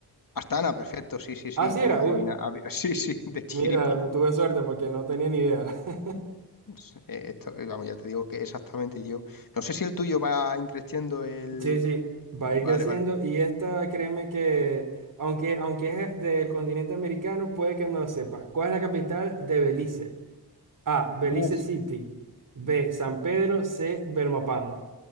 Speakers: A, on the left; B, on the right.
A: Astana, perfecto, sí, sí, sí.
B: Ah, sí era.
A: Adivina,
B: Uy,
A: adi- <laughs> sí, sí, de chiripa,
B: mira,
A: ¿no?
B: tuve suerte porque no tenía ni idea. <laughs>
A: Sí, eh, esto, eh, vamos, ya te digo que exactamente yo. No sé si el tuyo va increciendo el.
B: Sí, sí, va a
A: Vale,
B: ir creciendo
A: vale.
B: y esta, créeme que, aunque, aunque es del continente americano, puede que no lo sepas. ¿Cuál es la capital de Belice? A. Belice
A: Buf,
B: City. B. San Pedro. C. Belmopan.